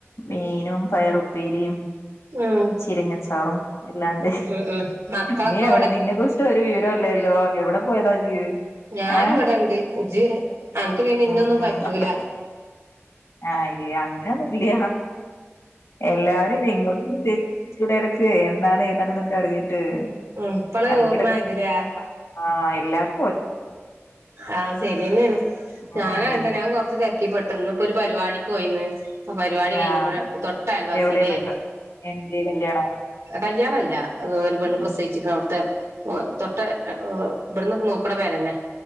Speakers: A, on the left; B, on the right.
A: മീനും പയറുപ്പേരിയും
B: ഉം
A: ചിരിങ്ങച്ചാറും ഇല്ലാണ്ട്
B: ഉം ഉം മക്കളൊക്കെ
A: നീ എവിടെ നിന്നെ കുറിച്ച ഒരു വിവരം ല്ലല്ലോ എവിടെ പോയതാജീ
B: ഞാനിവിടെണ്ട്
A: ഏ
B: ഇജ് അനക്ക് പിന്നെ
A: മം
B: ഇന്നൊന്നും
A: മം
B: പറ്റൂല
A: അപ്പ. ആഹ അങ്ങനെയൊന്നുമില്ല എല്ലാവരും ഇങ്ങോട്ട ച്ചൂടെ ഇടക്ക് എന്താണ് ഏതാണെന്നൊക്കെ അറിഞ്ഞിട്ട്
B: ഉം ഇപ്പളെ
A: <unintelligible>
B: ഓർമ്മായതില്ലേ
A: ആ എല്ലർക്കും
B: ആഹ ശരിയന്നെയാണ്
A: ഉം
B: ഞാന വേ ഞാൻ കൊറച്ച് തിരക്കിപ്പെട്ടു ഇന്നപ്പോ പരിപാടിക്ക് പോയിന്ന് ആ പരിപാടി കഴിഞ്ഞ്പഴ
A: ആഹ്
B: തൊട്ട അൽവാസില്ലേ
A: എവിടെ പരിപാ എന്തേ കല്യാണോ
B: കല്യാണല്ല ഒരു പെണ്ണ് പ്രസവിച്ചിക്കണ
A: ഉം
B: അവിടുത്തെ തൊട്ട വ്ട്‌ന്നൊക്കെ നോക്ക്ണ പെരന്നെ